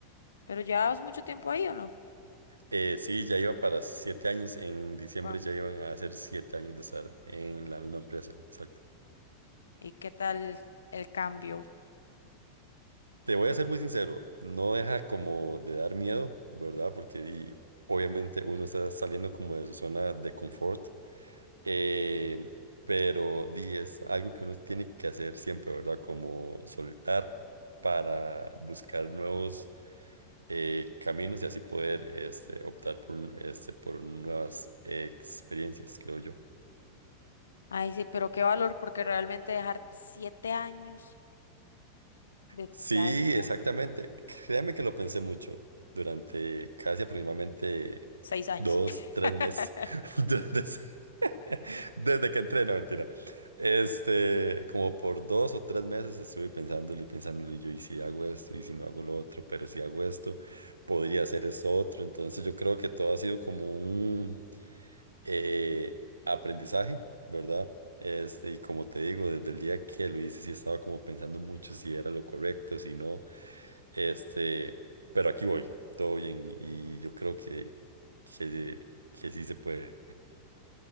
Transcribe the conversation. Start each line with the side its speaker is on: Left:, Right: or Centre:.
Left: ¿Pero llevabas mucho tiempo ahí o no?
Right: Eh, sí, ya iba para siete años. En diciembre
Left: Guau.
Right: ya iban a hacer siete años de estar en la misma empresa. Exacto.
Left: ¿Y qué tal el cambio?
Right: Te voy a ser muy sincero, no deja como de dar miedo, ¿verdad? Porque y, obviamente uno está saliendo como de su zona de confort Eh, pero di, es algo que uno tiene que hacer siempre, ¿verdad? Como soltar para buscar nuevos eh, caminos y así poder este, optar por, un- este, por nuevas eh, experiencias, creo yo.
Left: Ay, sí, pero qué valor, porque realmente dejar siete años de...
Right: Sí,
Left: Ya es mucho.
Right: exactamente. Créame que lo pensé mucho durante casi aproximadamente
Left: Seis años.
Right: dos, tres
Left: <laughs>
Right: meses. <laughs> Durante ese- <laughs> Desde que entré, no, mentira. Este, como por dos o tres meses estuve pensándolo y pensándolo y yo, y si hago esto, y si no hago lo otro, pero si hago esto, podría hacer esto otro. Entonces yo creo que todo ha sido como un eh, aprendizaje, ¿verdad? Este, y como te digo, desde el día que lo hice, sí estaba como pensando mucho si era lo correcto, si no. Este, pero aquí voy, todo bien, y yo creo que, que, que sí se puede.